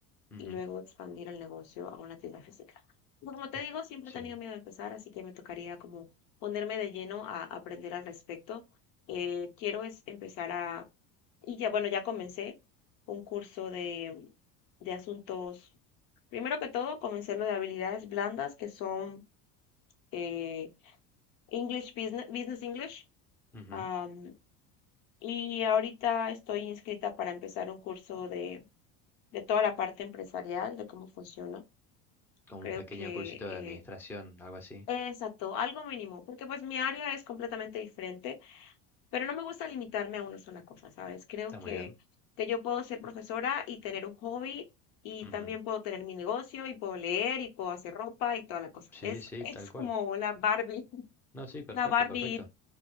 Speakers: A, in the centre; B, on the left.
A: ujú.
B: y luego expandir el negocio a una tienda física. Pero como te
A: Es-
B: digo, siempre
A: Sí.
B: he tenido miedo de empezar, así que me tocaría como ponerme de lleno a aprender al respecto. Eh, quiero es empezar a, y ya, bueno, ya comencé un curso de, de asuntos. Primero que todo, comencé lo de habilidades blandas, que son eh, English Business, Business English.
A: Ujú,
B: am, y ahorita estoy inscrita para empezar un curso de, de toda la parte empresarial, de cómo funciona
A: Como
B: Creo
A: un pequeño
B: que,
A: cursito de
B: eh,
A: administración, algo así.
B: exacto, algo mínimo, porque pues mi área es completamente diferente, pero no me gusta limitarme a una sola cosa, ¿sabes? Creo
A: Está
B: que,
A: muy bien.
B: que yo puedo ser profesora y tener un hobby y
A: Ujú,
B: también puedo tener mi negocio y puedo leer y puedo hacer ropa y toda la cosa.
A: Sí,
B: Es,
A: sí,
B: es
A: tal cual.
B: como la Barbie, <laughs>
A: No, sí, perfecto,
B: la Barbie
A: perfecto.